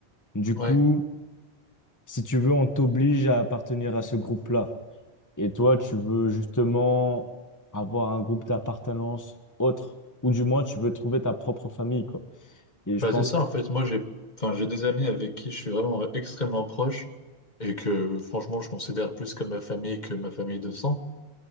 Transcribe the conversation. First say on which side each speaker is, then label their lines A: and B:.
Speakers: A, on the left; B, on the left.
A: Du
B: Ouais,
A: coup, si tu veux, on t'oblige à appartenir à ce groupe-là. Et toi, tu veux justement avoir un groupe d'appartenance autre, ou du moins tu veux trouver ta propre famille, quoi. Et
B: bah,
A: je pense
B: c'est ça,
A: que,
B: en fait. Moi, j'ai enfin, j'ai des amis avec qui je suis vraiment euh, extrêmement proche et que, franchement, je considère plus comme ma famille que ma famille de sang.